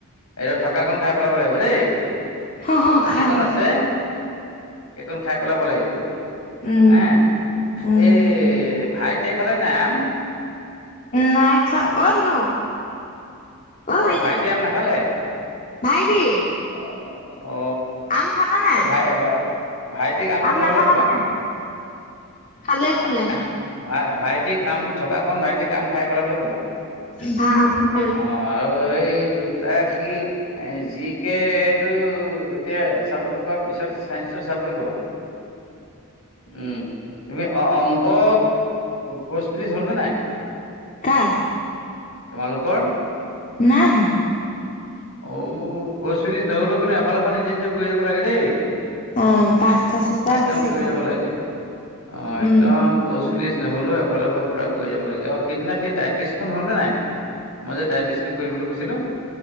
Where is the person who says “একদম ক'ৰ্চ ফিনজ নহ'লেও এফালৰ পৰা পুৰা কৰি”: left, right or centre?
Left